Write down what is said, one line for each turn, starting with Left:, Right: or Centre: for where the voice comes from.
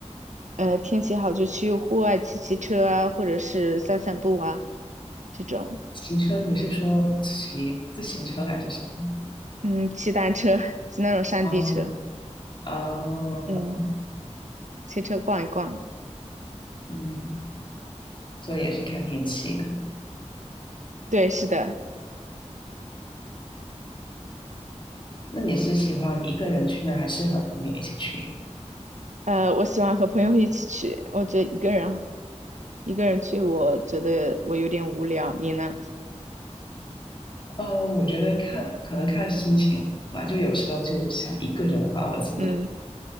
Right: 呃天气好，就去户外骑骑车啊，或者是散散步啊，这种，
Left: 骑车你是说骑自行车还是什么？
Right: 嗯，骑单车，<laughs> 骑那种山地车，
Left: 哦，哦，
Right: 嗯，骑车逛一逛，
Left: 嗯，所以也是看天气的。
Right: 对，是的。
Left: 那你是喜欢一个人去呢，还是和朋友一起去？
Right: 呃，我喜欢和朋友一起去，我觉得一个人一个人去，我觉得我有点无聊。你呢？
Left: 呃，我觉得看可能看心情吧，就有时候就想一个人的话，我是
Right: 嗯